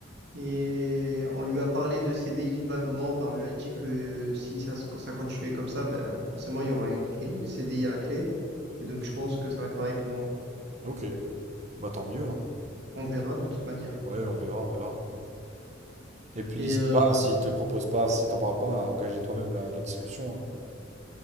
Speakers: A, on the right (about 60°); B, on the right (about 40°).
A: Et on lui a parlé de CDI vaguement, enfin on lui a dit que si ça, se- que ça continuait comme ça, ben, forcément il y aurait un, une CDI à la clé. Et donc je pense que ça va être pareil pour moi.
B: Ok. Bah tant mieux, hein.
A: On verra de toute manière.
B: Ouais, on verra, on verra. Et puis
A: Et
B: n'hésite
A: euh,
B: pas, s'ils te proposent pas, si t'en parles pas, à engager toi-même la, la discussion. hein.